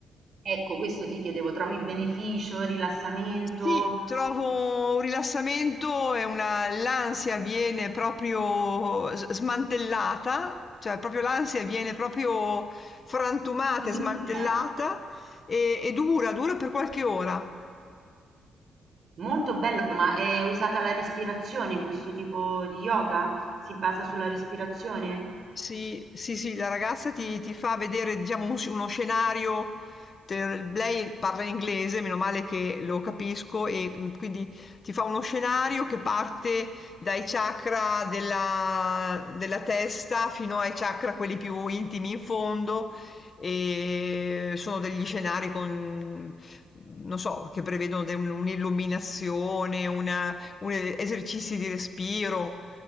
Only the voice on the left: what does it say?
Sì, trovo un rilassamento e una, l'ansia viene proprio s- smantellata, cioè proprio l'ansia viene proprio frantumata
e smantellata e, e dura, dura per qualche ora.
Sì, sì, sì, la ragazza ti, ti fa vedere, diciamo, un- uno scenario. te- Lei parla inglese, meno male che lo capisco, e mm, quindi ti fa uno scenario che parte dai chakra della, della testa fino ai chakra, quelli più intimi in fondo, e sono degli scenari con, non so, che prevedono de- un'illuminazione, una, un esercizi di respiro.